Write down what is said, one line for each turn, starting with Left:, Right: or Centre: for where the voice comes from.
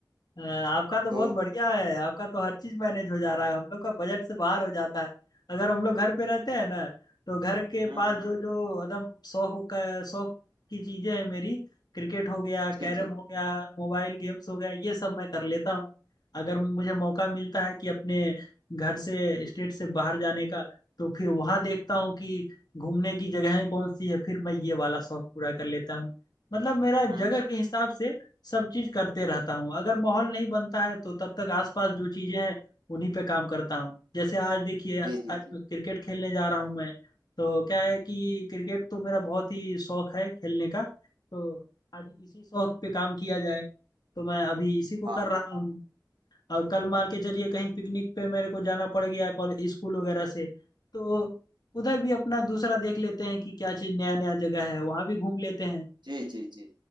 Left: अ, आपका तो
Right: तो
Left: बहुत बढ़िया है आपका तो हर चीज मैनेज हो जा रहा है हम लोग का बजट से बाहर हो जाता है अगर हम लोग घर पे रहते हैं ना तो घर के
Right: हम्म
Left: पास
Right: हम्म
Left: जो जो एकदम शौक का शौक की चीजें हैं मेरी क्रिकेट हो गया कैरम
Right: जी जी
Left: हो गया मोबाइल गेम्स हो गया ये सब मैं कर लेता हूँ अगर मुझे मौका मिलता है कि अपने घर से स्टेट से बाहर जाने का तो फिर वहां देखता हूँ कि घूमने की जगहें कौन सी है फिर मैं ये वाला शौक पूरा कर लेता हूँ मतलब मेरा जगह
Right: हम्म हम्म
Left: के हिसाब से सब चीज करते रहता हूँ अगर माहौल नहीं बनता है तो तब तक आसपास जो चीजें हैं उन्हीं पे काम करता हूँ जैसे आज देखिए आज
Right: जी जी जी
Left: मैं क्रिकेट खेलने जा रहा हूँ मैं तो क्या है कि क्रिकेट तो मेरा बहुत ही शौक है खेलने का तो आज इसी शौक पे काम किया जाए तो मैं अभी इसी को
Right: हाँ
Left: कर
Right: हाँ
Left: रहा हूँ
Right: हाँ,
Left: और कल मान के चलिए कहीं पिकनिक पे मेरे को जाना पड़ गया कॉलेज स्कूल वगैरह से तो उधर भी अपना दूसरा देख लेते हैं कि क्या चीज नया नया जगह है वहां भी घूम लेते हैं
Right: जी जी जी